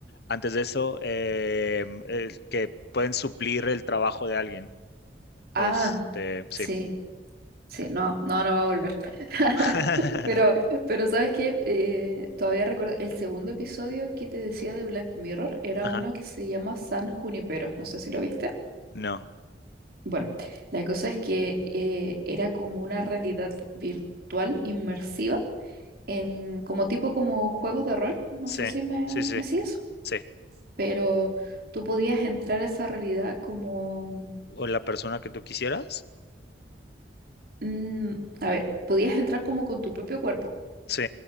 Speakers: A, on the left; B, on the right.
A: antes de eso, eh, eh, que pueden suplir el trabajo de alguien.
B: Ah,
A: Este, sí.
B: sí, sí, no, no, no va a volver. <laughs>
A: <laughs>
B: Pero, pero ¿sabes qué? Eh, todavía recuerdo el segundo episodio que te decía de Black Mirror era
A: Ajá,
B: uno que se llama San Junipero. No sé si lo viste.
A: no,
B: Bueno, la cosa es que eh, era como una realidad virtual inmersiva en como tipo como juegos de rol. No
A: sí,
B: sé si me,
A: sí, sí,
B: me sigues.
A: sí.
B: pero tú podías entrar a esa realidad como,
A: ¿O la persona que tú quisieras?
B: mm, a ver, podías entrar como con tu propio cuerpo,
A: Sí,